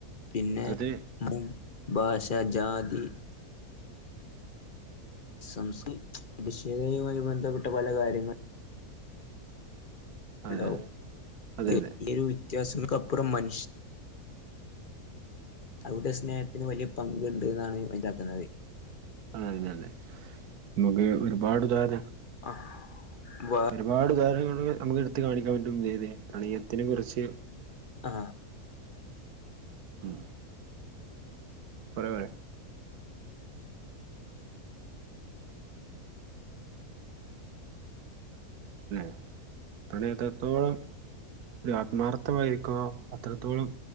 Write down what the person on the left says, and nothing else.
പിന്നെ
മും ഭാഷ ജാതി സം വിഷേധയുമായി ബന്ധപ്പെട്ട പല കാര്യങ്ങളും ഹലോ
ഈ
ഒരു വ്യത്യാസങ്ങക്കപ്പുറം മനുഷ്യ അവിടെ സ്നേഹത്തിന് വലിയ പങ്ക് ഉണ്ട് എന്നാണ് മനസ്സിലാക്കുന്നത്
ആ വ
ആ